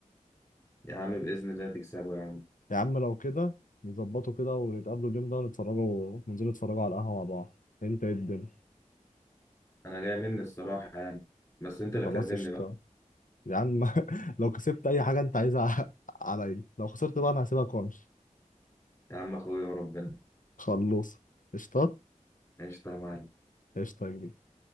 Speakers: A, on the left; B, on the left.
A: يا عم بإذن الله تكسبه يا عم
B: <laughs> يا عم لو كده نظبطه كده ونتقابلوا اليوم ده ونتفرجوا ننزلوا نتفرجوا على القهوه مع بعض إيه انت ايه الدنيا
A: انا جاي مني الصراحة يعني بس انت اللي
B: خلاص
A: تعزمني
B: قشطه
A: بقى
B: يا عم <laughs> لو كسبت اي حاجه انت عايزها <laughs> ع- عليا لو خسرت بقى انا هسيبك وامشي
A: يا عم اخويا وربنا
B: خلص قشطات
A: قشطة يا معلم
B: قشطه يا كبير